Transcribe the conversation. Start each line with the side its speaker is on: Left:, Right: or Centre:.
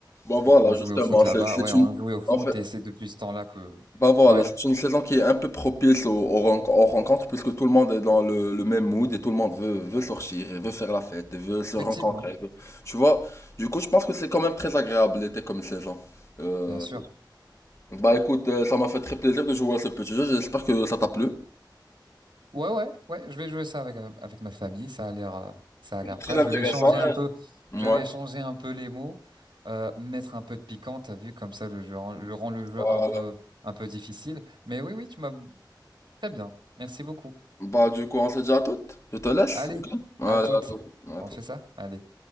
Left: bah voilà,
Right: Donc on jouait
Left: justement,
Right: au foot là-bas,
Left: c'est c'est
Right: ouais, on
Left: une,
Right: jouait au foot
Left: en fait,
Right: et c'est depuis ce temps-là que,
Left: bah voilà,
Right: ouais,
Left: c'est une saison qui est un peu propice aux, aux ren- aux rencontres puisque tout le monde est dans le, le même mood et tout le monde veut veut sortir et veut faire la fête, et veut se
Right: effectivement,
Left: rencontrer. veut- Tu vois, du coup, je pense que c'est quand même très agréable l'été comme saison. Euh,
Right: bien sûr.
Left: bah écoute, euh, ça m'a fait très plaisir de jouer à ce petit jeu. J'espère que ça t'a plu.
Right: Ouais, ouais, ouais, je vais jouer ça avec euh, avec ma famille. Ça a l'air, euh, ça a l'air.
Left: Très
Right: Bref,
Left: intéressant.
Right: je vais changer un
Left: hein.
Right: peu,
Left: Ouais.
Right: je vais changer un peu les mots, euh, mettre un peu de piquant. T'as vu, comme ça, le jeu, rend- je rends le jeu
Left: Voilà.
Right: un peu, un peu difficile. Mais oui, oui, tu m'as très bien. Merci beaucoup.
Left: Bah, du coup, on se dit à toutes. Je te laisse.
Right: Allez,
Left: Ok. Allez,
Right: à toutes.
Left: à toutes. À
Right: On
Left: toutes.
Right: fait ça? Allez.